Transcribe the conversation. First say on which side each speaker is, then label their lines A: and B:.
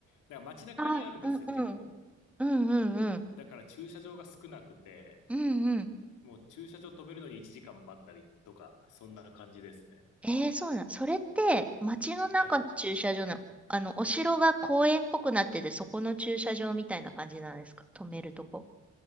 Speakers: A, on the left; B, in the centre.
A: だから街中にあるんですよ、
B: あ、うんうん。
A: 結構。
B: うんうんうん。
A: だから駐車場が少なくて、
B: うんうん。
A: もう駐車場止めるのに1時間待ったりとか、そんな感じですね。
B: えー、そうなん。それって、街の中の駐車場の、
A: はい。
B: あの、お城が公園っぽくなってて、そこの駐車場みたいな感じなんですか止めるとこ。